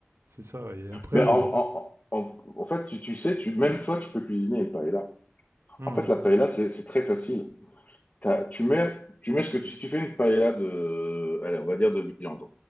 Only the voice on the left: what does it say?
Mais en,
en, en, en fait, tu, tu sais, tu, même toi, tu peux cuisiner une paella.
En fait, la paella, c'est c'est très facile. T'as- tu mets, tu mets ce que tu, si tu fais une paella de, allez, on va dire de viande.